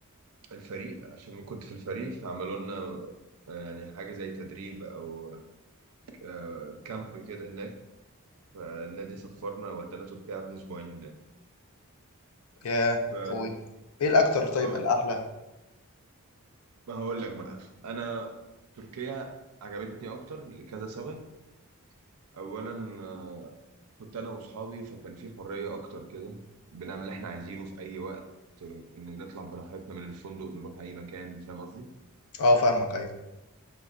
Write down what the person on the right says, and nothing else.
الفريق عشان كنت في الفريق فعملوا لنا آه، يعني حاجه زي تدريب او آه، كامب كده هناك فالنادي سفرنا ودانا تركيا قعدنا اسبوعين هناك
ف
اه
ما هقول لك بقى انا تركيا عجبتني اكتر لكذا سبب اولا آه، كنت انا واصحابي فكان في حريه اكتر كده بنعمل اللي احنا عايزينه في اي وقت إن نطلع براحتنا من الفندق نروح اي مكان فاهم قصدي